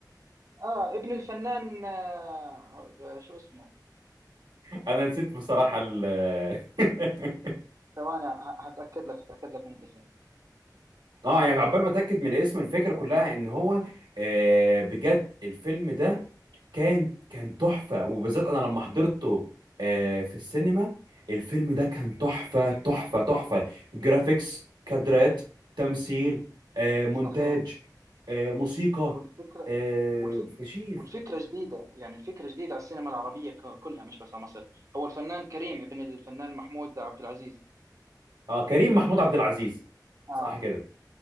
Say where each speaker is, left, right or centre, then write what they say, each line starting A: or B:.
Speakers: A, on the right; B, on the right.
A: اه ابن الفنان آه شو اسمه
B: <laughs> انا نسيت بصراحه ال <laughs>
A: ثواني ه- هتأكد لك هتأكد لك من الاسم
B: اه يعني عقبال ما اتاكد من الاسم الفكره كلها ان هو آه بجد الفيلم ده كان كان
A: مم.
B: تحفه وبالذات انا لما حضرته آه في السينما الفيلم ده كان تحفه تحفه تحفه جرافيكس كادرات تمثيل آه مونتاج
A: صحيح
B: آه موسيقى
A: والفكرة
B: آه
A: والفك
B: فشيخ
A: والفكرة جديدة يعني الفكرة جديدة على السينما العربية ك- كلها مش بس على مصر هو الفنان كريم ابن الفنان محمود عبد العزيز
B: اه كريم محمود عبد العزيز
A: اه
B: صح كده